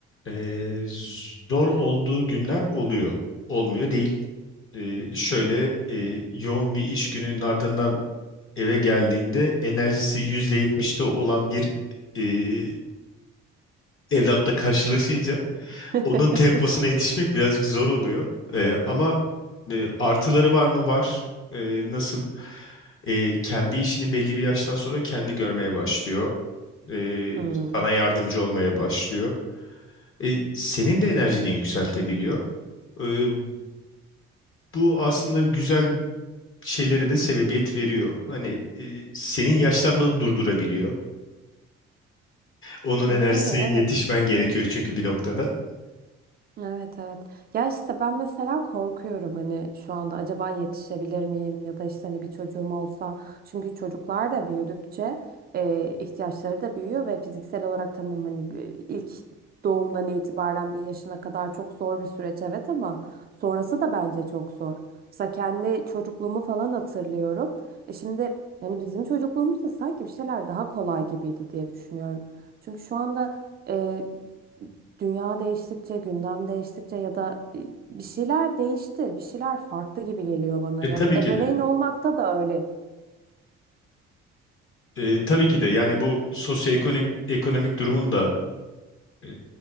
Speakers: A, on the left; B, on the right.
A: Ee, zor olduğu günler oluyor. Olmuyor değil. Ee, şöyle e, yoğun bir iş gününün ardından eve geldiğinde enerjisi %70'te olan bir e, evlatla karşılaşınca
B: <laughs>
A: onun temposuna yetişmek birazcık zor oluyor. Ee, ama e, artıları var mı? Var. Ee, nasıl? Ee, kendi işini belli bir yaştan sonra kendi görmeye başlıyor. Ee,
B: Hmm.
A: sana yardımcı olmaya başlıyor. E, senin de enerjini yükseltebiliyor. E, bu aslında güzel şeylere de sebebiyet veriyor. Hani e, senin yaşlanmanı durdurabiliyor. Onun
B: Yani
A: enerjisine yetişmen
B: evet.
A: gerekiyor çünkü bir noktada.
B: Evet evet. Ya işte ben mesela korkuyorum hani şu anda acaba yetişebilir miyim ya da işte hani bir çocuğum olsa. Çünkü çocuklar da büyüdükçe e, ihtiyaçları da büyüyor ve fiziksel olarak tamam hani bir- ilk doğumdan itibaren bir yaşına kadar çok zor bir süreç evet ama sonrası da bence çok zor. Mesela kendi çocukluğumu falan hatırlıyorum. E şimdi hani bizim çocukluğumuzda sanki bir şeyler daha kolay gibiydi diye düşünüyorum. Çünkü şu anda e, dünya değiştikçe, gündem değiştikçe ya da e, bir şeyler değişti, bir şeyler farklı gibi geliyor bana.
A: E
B: Yani
A: tabii
B: ebeveyn
A: ki de.
B: olmakta da öyle.
A: E, tabii ki de yani bu sosyoekonomik ekonomik durumun da e,